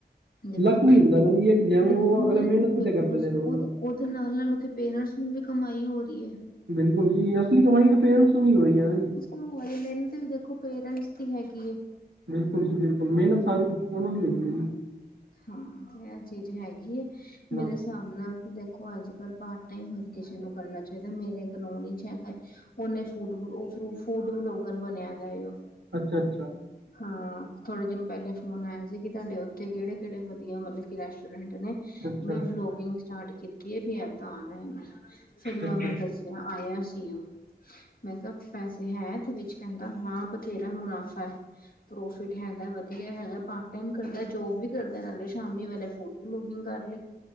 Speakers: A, on the left; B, on the right.
A: ਦੇਖੋ
B: ਲੱਕ ਵੀ ਹੁੰਦਾ ਨਾ ਜਿਵੇਂ,
A: ਦੇਖ
B: ਉਹ
A: ਉਹਨਾਂ
B: ਅਗਲੇ ਮਿਹਨਤ
A: ਚੀਜ਼
B: ਵੀ
A: ਵੇਖੋ
B: ਤਾਂ ਕਰਦੇ
A: ਤੁਸੀਂ
B: ਨੇ ਰੋਜ਼।
A: ਉਹਦੇ ਉਹਦੇ ਨਾਲ-ਨਾਲ ਉਥੇ ਪੇਰੈਂਟਸ ਨੂੰ ਵੀ ਕਮਾਈ ਹੋ ਰਹੀ ਹੈ।
B: ਬਿਲਕੁਲ ਜੀ, ਅਸਲੀ ਕਮਾਈ ਤੇ ਪੇਰੈਂਟਸ ਨੂੰ ਹੋ ਰਹੀ ਹੈ।
A: ਹੋਰ ਮਿਹਨਤ ਵੀ ਦੇਖੋ ਪੇਰੈਂਟਸ ਦੀ ਹੈਗੀ ਏ।
B: ਬਿਲਕੁਲ ਜੀ ਬਿਲਕੁਲ, ਮਿਹਨਤ ਸਾਰੀ ਉਹਨਾਂ ਦੀ ਹੈਗੀ ਹੈ ਜੀ।
A: ਹਾਂ ਤੇ ਇਹ ਚੀਜ਼ ਹੈਗੀ ਐ, ਮੇਰੇ
B: ਬਸ।
A: ਹਿਸਾਬ ਮੈਂ ਵੀ ਦੇਖੋ ਅੱਜ-ਕੱਲ ਪਾਰਟ ਟਾਈਮ ਹਰ ਕਿਸੇ ਨੂੰ ਕਰਨਾ ਚਾਹੀਦਾ, ਮੇਰੇ ਇੱਕ ਨੋਲੈਜ ਚ ਹੈਗਾ ਹੈ। ਉਹਨੇ, ਔ ਫੂਡ-ਫੂਡ ਵਲੋਗਰ ਬਣਿਆ ਦਾ ਐ, ਉਹ
B: ਅੱਛਾ-ਅੱਛਾ,
A: ਹਾਂ ਥੋੜੇ ਦਿਨ ਪਹਿਲੇ ਫੋਨ ਆਇਆ ਸੀ, ਕਿ ਤੁਹਾਡੇ ਉੱਥੇ ਕਿਹੜੇ ਕਿਹੜੇ ਵਧੀਆ ਵਾਲੇ, ਕਿ ਰੈਸਟੋਰੈਂਟ ਨੇ
B: ਅੱਛਾ,
A: ਮੈਂ ਵਲੋਗਿੰਗ ਸਟਾਰਟ ਕੀਤੀ ਹੈ, ਵੀ ਏਦਾਂ ਆਣਾ ਹੈ, ਮੈਂ ਫਿਰ ਮੈ
B: ਅੱਛਾ,
A: ਔਨੂੰ ਦ ਔ ਆਇਆ ਸੀ ਉਹ, ਮੈਂ ਕਿਹਾ ਪੈਸੇ ਹੈ ਐਦੇ ਵਿੱਚ, ਕਹਿੰਦਾ ਹਾਂ, ਬਥੇਰਾ ਮੁਨਾਫ਼ਾ ਹੈ। ਪ੍ਰੋਫਿਟ ਹੈਗਾ ਵਧੀਆ ਹੈਗਾ, ਪਾਰਟ ਟਾਈਮ ਕਰਦਾ ਜੋਬ ਵੀ। ਕਰਦਾ, ਨਾਲੇ ਸ਼ਾਮੀ ਵੇਲੇ ਫੂਡ ਵਲੋਗਿੰਗ ਕਰ ਲਈ।